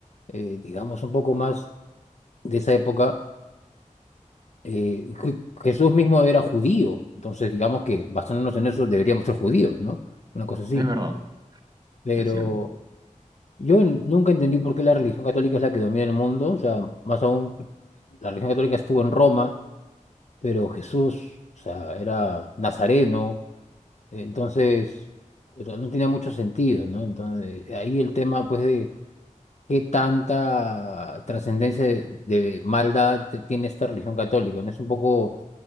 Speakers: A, on the left (about 55°); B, on the right (about 30°).
A: eh, digamos, un poco más de esa época, eh, Je- Jesús mismo era judío, entonces digamos que basándonos en eso deberíamos ser judíos, ¿no? Una cosa así,
B: es verdad,
A: pero...
B: es cierto.
A: Yo n- nunca entendí por qué la religión católica es la que domina el mundo, o sea, más aún, la religión católica estuvo en Roma, pero Jesús, o sea, era nazareno, entonces, o sea, no tenía mucho sentido, ¿no? Entonces, ahí el tema, pues, de qué tanta trascendencia de, de maldad te- tiene esta religión católica, ¿no? Es un poco